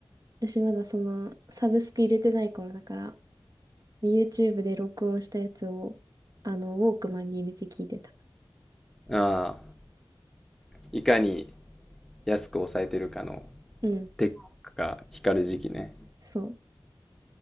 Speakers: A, on the right (about 40°); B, in the centre.
A: 私まだその、サブスク入れてない頃だから、で YouTube で録音したやつを、あの、ウォークマンに入れて聞いてた。
B: ああ、いかに安く抑えてるかの
A: うん、
B: テックが光る時期ね。
A: そ